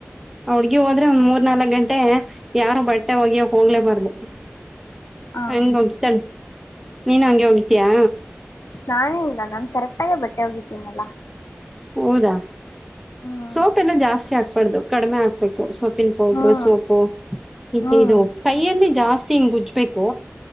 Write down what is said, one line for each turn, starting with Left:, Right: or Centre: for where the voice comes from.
Centre: ಆ ಹುಡ್ಗಿ ಹೋದ್ರೆ ಒಂದ್ ಮೂರ್ ನಾಲಕ್ ಗಂಟೆ ಯಾರು ಬಟ್ಟೆ ಒಗಿಯಕ್ ಹೋಗ್ಲೇಬಾರ್ದು.
Left: ಹ
Centre: ಹಂಗ ಒಗಿತಾಳೆ ನೀನು ಹಂಗೆ ಒಗತೀಯಾ.
Left: ನಾನೇನ್ ಇಲ್ಲ ನಾನ್ ಕರೆಕ್ಟಾಗೆ ಬಟ್ಟೆ ಒಗೀತೀನಲ್ಲಾ.
Centre: ಹೌದಾ
Left: ಹ್ಮ್
Centre: ಸೋಪ್ ಎಲ್ಲ ಜಾಸ್ತಿ ಹಾಕ್ಬಾರ್ದು ಕಡಿಮೆ ಹಾಕ್ಬೇಕು ಸ ನ್ ಪೌಡ್ರ
Left: ಹ್ಮ್
Centre: ಸೋಪು <unintelligible>
Left: ಹ್ಮ್
Centre: ಇದು ಕೈಯಲ್ಲಿ ಜಾಸ್ತಿ ಹಿಂಗುಜ್ಜ ಬೇಕು